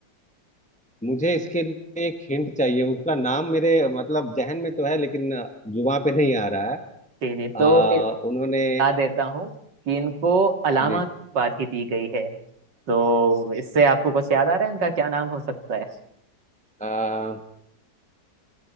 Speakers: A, in the centre; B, on the right.
A: मुझे इसके लिए एक हिंट चाहिए उसका नाम मेरे मतलब जहन में तो है लेकिन अ, जुबां पे नहीं आ रहा है
B: जी जी
A: अ,
B: तो
A: उन्होंने
B: बता देता हूँ कि इनको अलामा
A: जी
B: की उपाधि दी गई है तो इससे आपको कुछ याद आ रहा है इनका क्या नाम हो सकता है
A: अ,